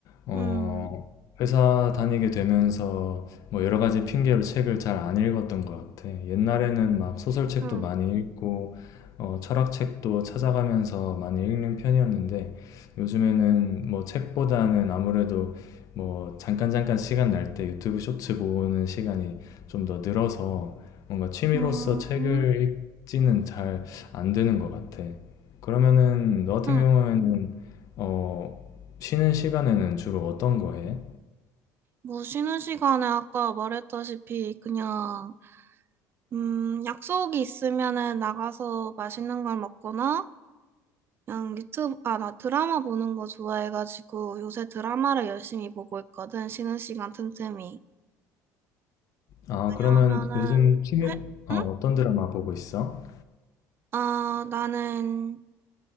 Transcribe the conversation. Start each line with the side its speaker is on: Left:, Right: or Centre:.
Left: 어,
Right: 음,
Left: 회사 다니게 되면서 뭐 여러 가지 핑계로 책을 잘 안 읽었던 것 같아. 옛날에는 막 소설책도
Right: 응,
Left: 많이 읽고, 어, 철학책도 찾아가면서 많이 읽는 편이었는데, 요즘에는 뭐 책보다는 아무래도 뭐 잠깐 잠깐 시간 날 때 유튜브 쇼츠 보는 시간이 좀 더 늘어서 뭔가 취미로서
Right: 음,
Left: 책을 읽지는 잘 안 되는 것 같아. 그러면은 너 같은
Right: 응.
Left: 경우에는 어, 쉬는 시간에는 주로 어떤 거 해?
Right: 뭐 쉬는 시간에 아까 말했다시피 그냥 음, 약속이 있으면은 나가서 맛있는 걸 먹거나, 그냥 유튜브, 아, 나 드라마 보는 거 좋아해가지고 요새 드라마를 열심히 보고 있거든, 쉬는 시간 틈틈이.
Left: 아,
Right: 왜냐하면은,
Left: 그러면 요즘 취미,
Right: 할-
Left: 아,
Right: 응?
Left: 어떤 드라마 보고 있어?
Right: 아, 나는